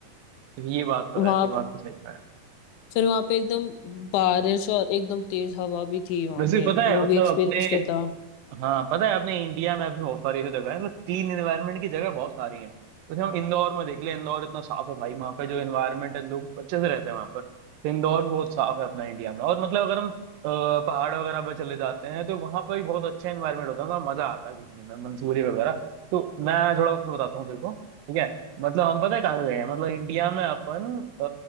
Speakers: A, on the right; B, on the left.
A: ये बात तो
B: वहां
A: है ये बात तो सही है
B: फिर वहां पे एकदम बारिश और एकदम तेज हवा भी थी वहां
A: वैसे
B: पे
A: पता
B: वो
A: है मतलब
B: भी एक्सपीरियंस
A: अपने
B: किया था
A: हाँ पता है अपने इंडिया में अभी बहुत सारी ऐसी जगह है मतलब क्लीन एनवायरनमेंट की जगह बहुत सारी है जैसे हम इंदौर में देख ले इंदौर इतना साफ है भाई वहाँ पे जो एनवायरनमेंट है लोग अच्छे से रहते हैं वहाँ पर तो इंदौर भी बहुत साफ है अपना इंडिया में और मतलब अगर हम अ, पहाड़ वगैरह पर चले जाते हैं तो वहाँ पर भी बहुत अच्छा एनवायरनमेंट होता है वहाँ मजा आता है घूमने में मंसूरी वगैरह तो मैं थोड़ा अपना बताता हूँ तेरे को ठीक है मतलब हम पता है कहाँ गए हैं मतलब इंडिया में अपन अ,